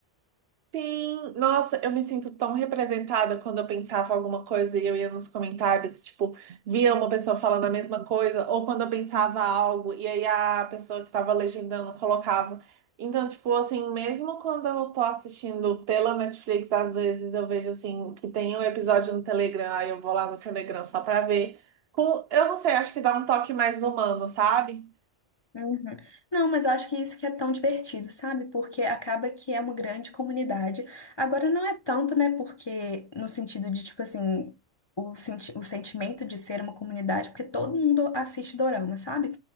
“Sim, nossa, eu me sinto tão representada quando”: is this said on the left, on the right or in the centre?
Right